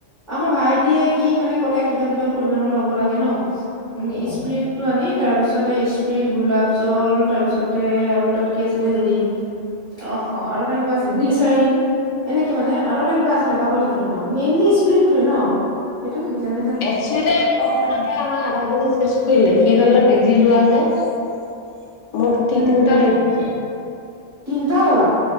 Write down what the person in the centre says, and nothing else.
আমাৰ ভাইটিয়ে সি মানে ক'লে কিমান কিমান পৰিমাণৰ ল'ব লাগে ন? উম
স্প্ৰটটো আনি, তাৰপিছতে স্প্ৰিট, গোলাপ জল তাৰপিছতে আৰু তাত কি আছিলে হেৰি, অহ আৰু এটা কিবা আছিল গ্লিচাৰিন, এনেকে মানে আৰু এটা কিবা আছিলে পাহৰি থাকিলো মই, মেইনলি স্প্ৰীটটোৱে ন? সেইটোতো বিজান
উম
তিনটা ল'লা?